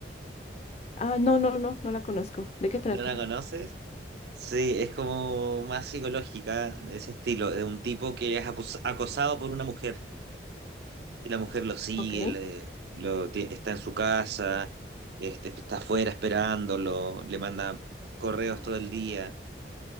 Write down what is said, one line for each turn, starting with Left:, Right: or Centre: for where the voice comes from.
Left: Ah, no, no, no, no la conozco. ¿De qué trata?
Right: ¿No la conoces? Sí, es como más psicológica, de ese estilo, de un tipo que es acus- acosado por una mujer y la mujer lo sigue,
Left: Ok.
Right: le- lo, ti- está en su casa, este, está afuera esperándolo, le manda correos todo el día.